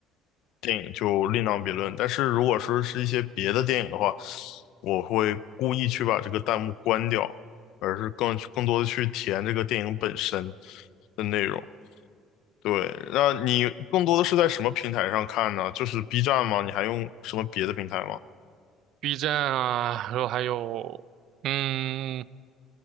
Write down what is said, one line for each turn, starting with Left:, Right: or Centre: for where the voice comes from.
Left: 电影就另当别论，但是如果说是一些别的电影的话，我会故意去把这个弹幕关掉，而是更更多的去体验这个电影本身的内容。对，那你更多的是在什么平台上看呢？就是 B 站吗？你还用什么别的平台吗？
Right: ，B 站啊，然后还有嗯，